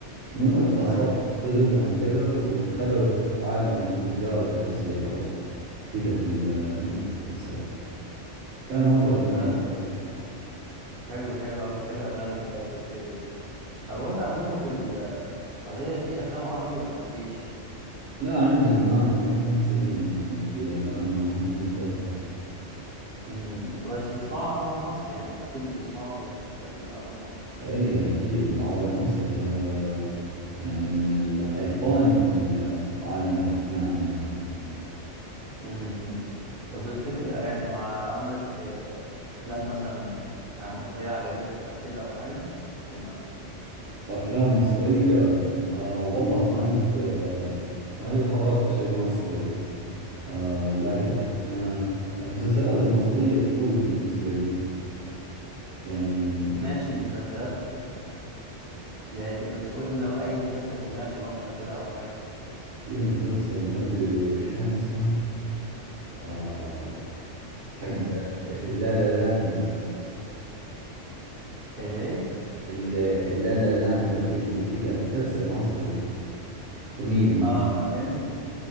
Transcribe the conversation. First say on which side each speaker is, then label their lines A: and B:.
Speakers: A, on the right; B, on the right.
A: من وقتها صار
B: ايوه
A: أشتغل لهم كذا ودخلوا في عالم اللي هو تجارة الأسلحة وكذا في ال-
B: امم
A: في المسلسل كان مرة جميل
B: لا كويس جدا حلو حلو قوي بحب الافلام اللي هي زي كده دي طب هو انت عندكم في السعوديه في افلام عربي ولا مفيش
A: لا عندنا ما ما في ممثلين يعني وكذا لا ما ما هو متوفر
B: امم بس بتسمعوا العربي المصري يعني اكيد بتسمعوا الحاجات العربي المصري
A: أي أكيد العربي المصري هذا يعني من الأيقونة في ال- في عالم الأفلام يعني
B: امم أمم. طب تفتكر يعني مع عندك آه، افلام مثلا يعني مصريه عجبتك او كده او حاجه ولا
A: أفلام مصرية آه والله ما
B: امم
A: قد آه ما قد حضرت شيء مصري آه لكن
B: أمم.
A: آه المسلسلات المصرية تفوز بالنسبة لي يعني
B: ماشي مسلسلات يعني ت- بس قول لي ما- اي مسلسل سمعته مثلا كده او حاجه
A: في مسلسل ما أدري وش كان اسمه آه حق
B: امم
A: في اللالا لاند
B: اللي ايه
A: ال- اللالا لاند أو شيء زي كذا مسلسل مصري كوميدي
B: اه تقريبا